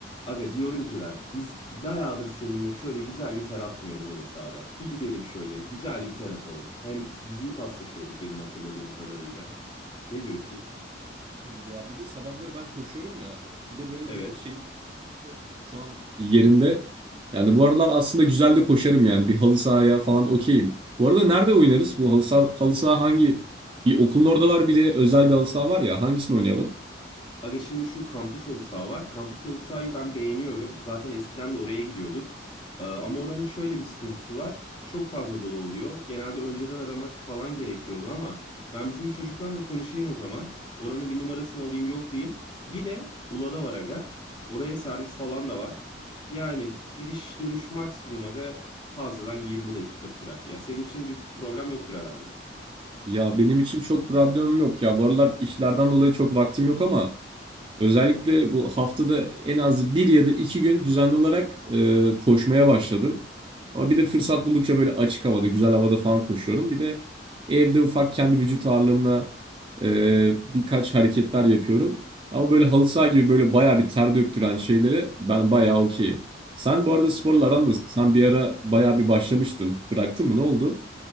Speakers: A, on the left; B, on the right.
A: Aga diyorum ki ben biz bayağıdır seninle şöyle güzel bir ter atmıyoruz halı sahada. Bir gidelim şöyle güzel bir ter atalım. Hem biz iyi paslaşıyorduk benim hatırladığım kadarıyla. Ne diyorsun?
B: olur ya. Bir de sabahları ben koşuyorum ya. Bir de böyle
A: Evet.
B: bir şeyim şu an yerinde. Yani bu aralar aslında güzel de koşarım yani. Bir halı sahaya falan okeyim. Bu arada nerede oynarız? Bu halı saha, halı saha hangi? Bir okulun orada var bir de özel bir halı saha var ya. Hangisini oynayalım?
A: Aga şimdi şu kampüs halı saha var. Kampüs halı sahayı ben beğeniyorum. Zaten eskiden de oraya gidiyorduk. Ee, ama oranın şöyle bir sıkıntısı var. Çok fazla dolu oluyor. Genelde önceden aramak falan gerekiyordu ama ben bizim bir çocuklarla konuşayım o zaman. Oranın bir numarasını alayım, yoklayayım. Bir de Ula'da var aga. Oraya servis falan da var. Yani gidiş dönüş maksimum aga fazladan 20 dakika sürer. Ya senin için bir problem yoktur herhalde.
B: Ya benim için çok problemim yok ya. Bu aralar işlerden dolayı çok vaktim yok ama Özellikle bu haftada en az bir ya da iki gün düzenli olarak e, koşmaya başladım. Ama bir de fırsat buldukça böyle açık havada, güzel havada falan koşuyorum. Bir de evde ufak kendi vücut ağırlığımla e, birkaç hareketler yapıyorum. Ama böyle halı saha gibi böyle bayağı bir ter döktüren şeylere ben bayağı okeyim. Sen bu arada sporla aran nasıl? Sen bir ara bayağı bir başlamıştın. Bıraktın mı? Ne oldu?